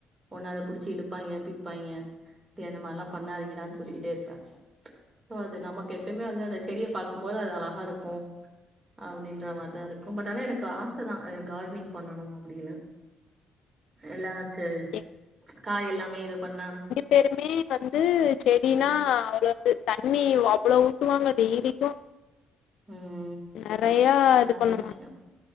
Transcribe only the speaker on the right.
ஒண்ணு அத புடிச்சு இழுப்பாங்க பிப்பாங்க டேய் அந்த மார்ல்லா பண்ணாதீங்கடான் சொல்லிக்கிட்டே இருப்பே ஓ அது நமக்கு எப்பைம்மே வந்து அந்த செடிய பாக்கும்போது அது அழகா இருக்கு அப்டின்ற மார்தா இருக்கும் பட் ஆனா எனக்கு ஆச தா கார்ட்னிங் பண்ணனு அப்படின்னு எல்லா செ
காய் எல்லாமே இது பண்ணான
ம்
நல்ல
விஷ்யோ